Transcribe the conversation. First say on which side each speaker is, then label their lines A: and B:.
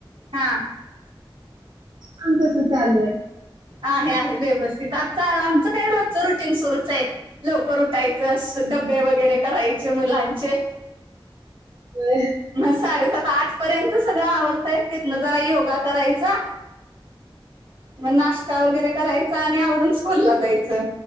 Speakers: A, on the right (about 75°); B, on the right (about 55°).
A: हा
B: काम कसं चालू हाय?
A: आहे आहे व्यवस्थित आता आमचं काय रोजच रुटींग सुरूच आहे. लवकर उठायचं असं डब्बे वगैरे करायचे मुलांचे
B: होय
A: मग साडेसात आठ पर्यंत सगळं आवरंतय तिथनं जरा योगा करायचा मग नाष्टा वगैरे करायचा आणि आवरून स्कूलला जायचं.